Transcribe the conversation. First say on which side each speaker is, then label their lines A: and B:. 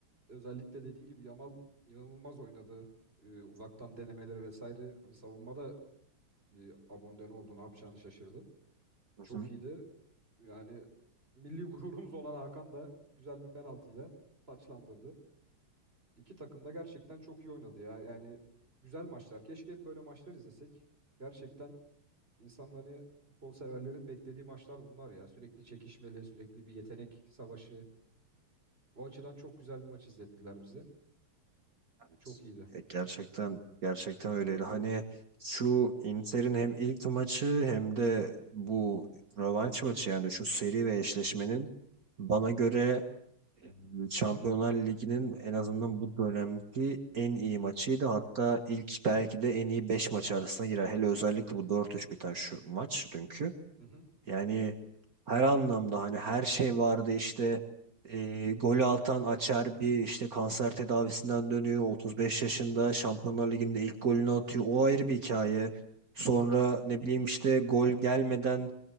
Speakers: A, on the right; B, on the right.
A: Özellikle dediğin gibi Yamal inanılmaz oynadı. Ee, uzaktan denemeleri vesaire. Hani savunmada bir abonde ne oldu ne yapacağını şaşırdı.
B: Hı
A: Çok iyiydi. Yani milli <laughs> gururumuz olan Hakan da güzel bir penaltıyla taçlandırdı. İki takım da gerçekten çok iyi oynadı ya. Yani güzel maçlar. Keşke hep böyle maçlar izlesek. Gerçekten insanların hani futbol severlerin beklediği maçlar bunlar ya. Sürekli çekişmeli, sürekli bir yetenek savaşı. O açıdan çok güzel bir maç izlettiler bize.
B: Evet.
A: Çok iyiydi.
B: E, gerçekten gerçekten öyleydi. Hani şu Inter'in hem ilk maçı hem de bu rövanş maçı yani şu seri ve eşleşmenin bana göre e, Şampiyonlar Ligi'nin en azından bu dönemki en iyi maçıydı. Hatta ilk belki de en iyi 5 maç arasına girer. Hele özellikle bu 4-3 biten şu maç dünkü.
A: Hı hı.
B: Yani her anlamda hani her şey vardı işte e, golü atan Açer bir işte kanser tedavisinden dönüyor 35 yaşında Şampiyonlar Ligi'nde ilk golünü atıyor o ayrı bir hikaye. Sonra ne bileyim işte gol gelmeden